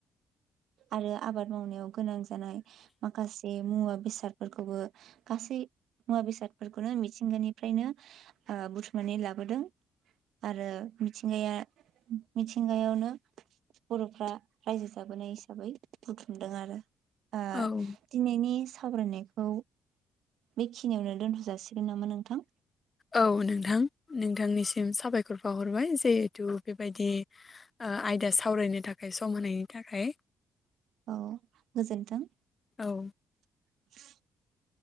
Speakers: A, on the right (about 60°); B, on the left (about 35°).
A: आरो आबाद मावनायाव गोनां जानाय माखासे मुवा बेसादफोरखौबो गासै मुवा बेसादफोरखौनो मिथिंगानिफ्रायनो ओ बुथुमनानै लाबोदों आरो मिथिंगाया मिथिंगायावनो बर'फ्रा रायजो जाबोनाय हिसाबै बुथुमदों आरो ओ
B: औ
A: दिनैनि सावरायनायखौ बेखिनियावनो दोनथ' जासिगोन नामा नोंथां?
B: औ नोंथां नोंथांनिसिम साबायखर बाहरबाय जिहेथु बेबायदि आयदा सावरायनो थाख खाय सम होनायनि थाखाय
A: औ गोजोन्थों।
B: औ
A: <inaudible>